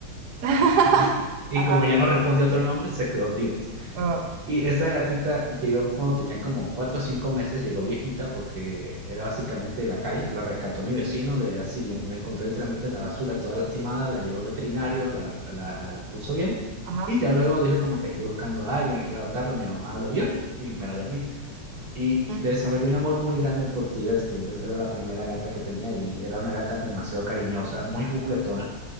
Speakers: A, on the right; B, on the right.
A: <laughs>
B: <laughs> Y y
A: Ajá.
B: como ya no respondió otro nombre, se quedó Tibers.
A: Ajá.
B: Y esa gatita llegó cuando tenía como cuatro o cinco meses, llegó viejita porque era básicamente de la calle. La rescató mi vecino, de así la, la encontró literalmente en la basura, toda lastimada, la llevó al veterinario, la, la, la puso bien.
A: Ajá.
B: Y ya luego dijo como que estoy buscando a alguien que quiera adoptarla. Mi mamá lo vio y me la dio a mí. Y
A: mm,
B: le desarrollé un amor muy grande por Tigers. Tigers era la primera gata que tenía y era una gata demasiado cariñosa, muy juguetona,